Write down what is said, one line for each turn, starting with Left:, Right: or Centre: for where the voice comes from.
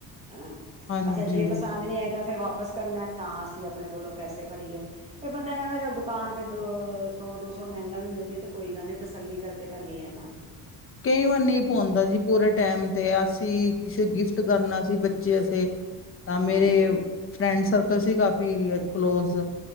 Right: ਅ,
Left: ਹਾਂਜੀ
Right: ਅੱਛਾ ਜੇ ਪਸਾੰਦ ਨੀ ਆਏਗਾ ਫੇਰ ਵਾਪਸ ਕਰਨੈ ਤਾਂ ਅਸੀਂ ਆਪਣੇ ਕੋਲੋਂ ਪੈਸੇ ਭਰੀਏ ਫੇਰ ਬੰਦਾ ਕੈਂਦੈ ਚੱਲ ਦੁਕਾਨ ਤੇ ਦ ਸੌ ਦੋ ਸੌ ਮੈਂਗਾ ਵੀ ਮਿਲ ਜਾਏ ਤੇ ਕੋਈ ਗਾੱਲ ਨੀ ਤਸੱਲੀ ਕਰ ਕੇ ਤਾ ਲੇਆ ਨਾ
Left: ਕੇ ਵਾਰ ਨਈ ਪੋਵਾਂਦਾ ਜੀ ਪੂਰੇ ਟੈਮ ਤੇ ਅਸੀ ਕਿਸ਼ੇ ਗਿਫਟ ਕਰਨਾ ਸੀ ਬੱਚੇ ਅਸੇ ਤਾਂ ਮੇਰੇ
Right: ਹਮ
Left: ਫਰੈਂਡ ਸਰਕਲ ਸੀ ਕਾਫੀ ਐ ਕਲੋਜ਼